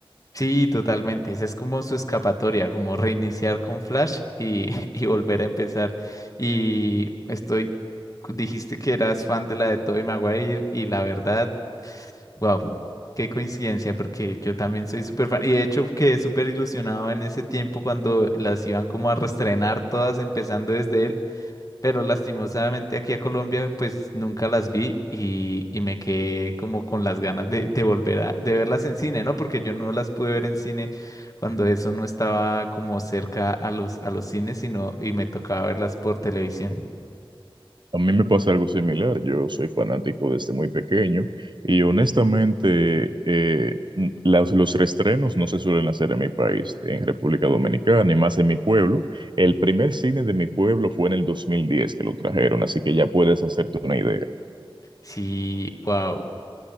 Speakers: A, on the left; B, on the right.
A: Sí, totalmente. Esa es como su escapatoria, como reiniciar con Flash y, <laughs> y volver a empezar. Y estoy, dijiste que eras fan de la de Tobey Maguire y la verdad, wow, qué coincidencia, porque yo también soy súper fan. Y de hecho quedé súper ilusionado en ese tiempo cuando las iban como a reestrenar todas, empezando desde él pero lastimosamente aquí a Colombia pues nunca las vi y, y me quedé como con las ganas de, de volver a de verlas en cine, ¿no? Porque yo no las pude ver en cine cuando eso no estaba como cerca a los, a los cines, sino y me tocaba verlas por televisión.
B: A mí me pasa algo similar. Yo soy fanático desde muy pequeño y honestamente eh, n- las- los reestrenos no se suelen hacer en mi país, en República Dominicana y más en mi pueblo. El primer cine de mi pueblo fue en el 2010 que lo trajeron, así que ya puedes hacerte una idea.
A: Sí, wow.